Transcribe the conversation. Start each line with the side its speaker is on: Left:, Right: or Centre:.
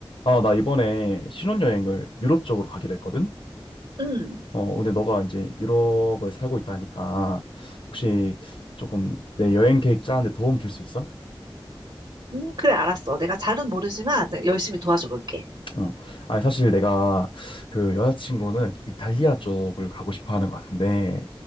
Left: 아, 나 이번에 신혼여행을 유럽 쪽으로 가기로 했거든?
Right: 음,
Left: 어, 근데 너가 이제 유럽을 살고 있다 하니까 혹시 조금 내 여행 계획 짜는데 도움 줄 수 있어?
Right: 음, 그래, 알았어. 내가 잘은 모르지만 내가 열심히 도와줘 볼게.
Left: 어. 아니, 사실 내가 그 여자친구는 이탈리아 쪽을 가고 싶어 하는 것 같은데